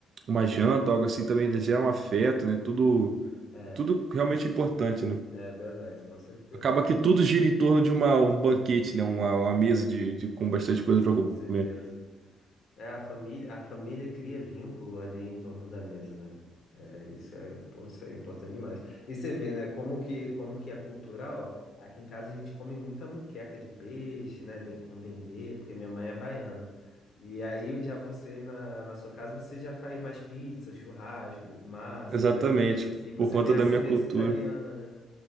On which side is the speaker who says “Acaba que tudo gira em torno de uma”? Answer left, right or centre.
Right